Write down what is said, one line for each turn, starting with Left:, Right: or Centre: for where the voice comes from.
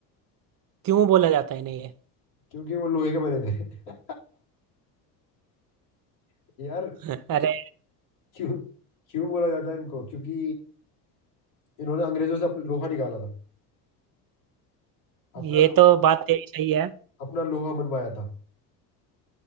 Right: क्यों बोला जाता है इन्हें ये
Left: क्योंकि वो लोहे के बने थे <laughs> यार
Right: <laughs> अरे
Left: क्यों क्यों बोला जाता है इनको क्योंकि इन्होंने अंग्रेजों से अप- लोहा निकाला था अपना
Right: ये
Left: लो,
Right: तो बात तेरी सही है
Left: अपना लोहा मनवाया था